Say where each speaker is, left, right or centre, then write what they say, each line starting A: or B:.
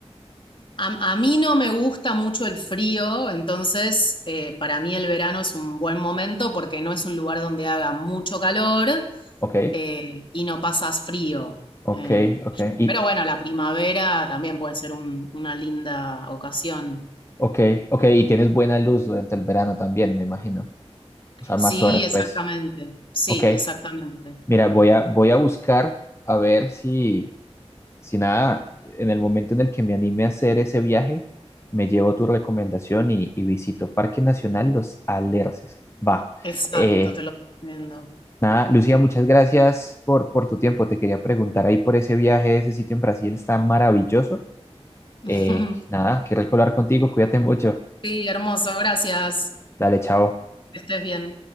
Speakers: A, on the left; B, on the left.
A: A, a mí no me gusta mucho el frío, entonces eh, para mí el verano es un buen momento porque no es un lugar donde haga mucho calor
B: Ok,
A: eh, y no pasas frío.
B: ok,
A: Eh,
B: ok. Y,
A: pero bueno, la primavera también puede ser un- una linda ocasión.
B: ok, ok. Y tienes buena luz durante el verano también, me imagino. O sea,
A: Sí,
B: más horas,
A: exactamente.
B: pues.
A: Sí,
B: Ok.
A: exactamente.
B: Mira, voy a, voy a buscar a ver si. Si nada, en el momento en el que me anime a hacer ese viaje, me llevo tu recomendación y, y visito Parque Nacional Los Alerces. Va.
A: Exacto,
B: Eh,
A: te lo recomiendo.
B: nada, Lucía, muchas gracias por, por tu tiempo. Te quería preguntar ahí por ese viaje, ese sitio en Brasil está maravilloso.
A: <laughs>
B: Eh, nada, qué rico hablar contigo, cuídate mucho.
A: Sí, hermoso, gracias.
B: Dale, chao.
A: Que estés bien.